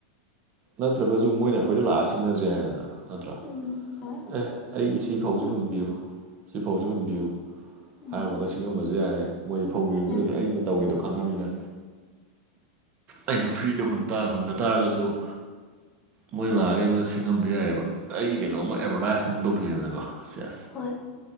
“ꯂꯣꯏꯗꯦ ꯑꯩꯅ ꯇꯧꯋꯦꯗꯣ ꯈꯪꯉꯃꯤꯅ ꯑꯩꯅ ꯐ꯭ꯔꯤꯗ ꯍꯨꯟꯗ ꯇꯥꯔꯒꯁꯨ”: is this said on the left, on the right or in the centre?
Right